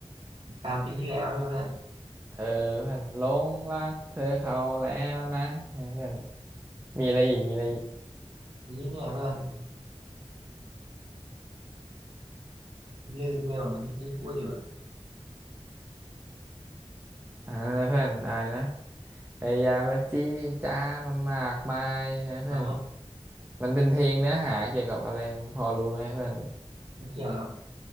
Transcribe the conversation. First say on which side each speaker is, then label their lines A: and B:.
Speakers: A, on the right (about 50°); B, on the right (about 20°).
A: กลารปีที่แล้วเนี่ยเพื่อน
B: เออเพื่อนหลงรักเธอเขาแล้วนะเออเพื่อนมีอะไรอีกมีอะไรอีก
A: นี้เนี่ยเพื่อนลืมเลยว่ามันที่ที่พูดอยู่อะ
B: อ่าเพื่อนอะไรนะไอ้ยามาจี้จ้ามันมากมายนะเพื่อน
A: อ๋อ
B: มันเป็นเพลงเนื้อหาเกี่ยวกับอะไรพอรู้ไหมเพื่อน
A: มันเกี่ยวกับ